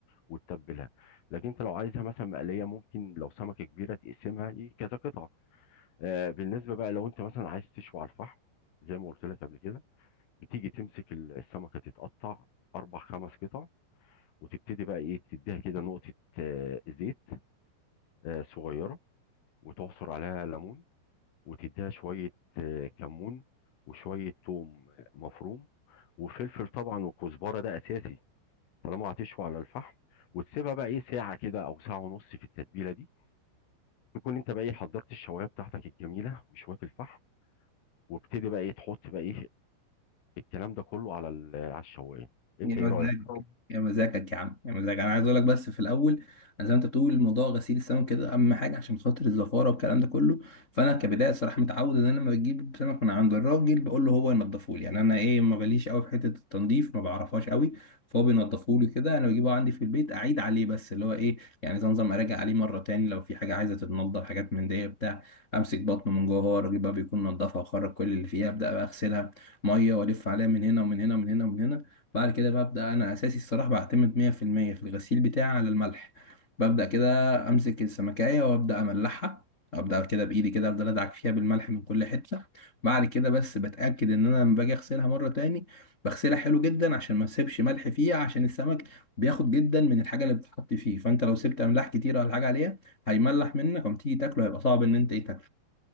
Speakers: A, on the left; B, on the left.
A: وتتبلها لكن انت لو عايزها مثلا مقليه ممكن لو سمكه كبيره تقسمها ي- كذا قطعه آه، بالنسبه بقى لو انت مثلا عايز تشوي على الفحم زي ما قلت لك قبل كده بتيجي تمسك ال- السمكه تتقطع اربع خمس قطع وتبتدي بقى ايه تديها كده نقطه آه، زيت آه، صغيرة وتعصر عليها ليمون وتديها شوية آه، كمون وشوية توم آه، مفروم وفلفل طبعا وكزبرة ده أساسي طالما هتشوي على الفحم وتسيبها بقى إيه ساعة كده أو ساعة ونص في التتبيلة دي تكون أنت بقى إيه حضرت الشواية بتاعتك الجميلة وشوية الفحم وابتدي بقى إيه تحط بقى إيه الكلام ده كله على ال- على الشواية أنت
B: يا مزاج
A: إيه رأيك؟ طب
B: يا مزاجك يا عم يا مزاج انا عايز اقول لك بس في الاول انا زي ما انت بتقول موضوع غسيل السمك كده اهم حاجه عشان خاطر الزفاره والكلام ده كله فانا كبدايه صراحه متعود ان انا لما بجيب سمك من عند الراجل بقول له هو ينضفه لي يعني انا ايه ما بليش قوي في حته التنظيف ما بعرفهاش قوي فهو بينضفه لي كده انا بجيبه عندي في البيت اعيد عليه بس اللي هو ايه يعني زي نظام اراجع عليه مره تاني لو في حاجه عايزه تتنضف حاجات من دي بتاع امسك بطنه من جوه هو الراجل بقى بيكون نضفها وخرج كل اللي فيها ابدا بقى اغسلها ميه والف عليها من هنا ومن هنا ومن هنا ومن هنا بعد كده ببدأ أنا أساسي الصراحة بعتمد 100% في المية في الغسيل بتاعي على الملح ببدأ كده أمسك السمكاية وأبدأ أملحها أبدأ كده بإيدي كده أفضل أدعك فيها بالملح من كل حتة بعد كده بس بتأكد إن أنا لما باجي أغسلها مرة تاني بغسلها حلو جدا عشان ما أسيبش ملح فيها عشان السمك بياخد جدا من الحاجة اللي بتتحط فيه فأنت لو سبت أملاح كتير ولا حاجة عليها هيملح منك وما تيجي تاكله هيبقى صعب إن أنت إيه تاكله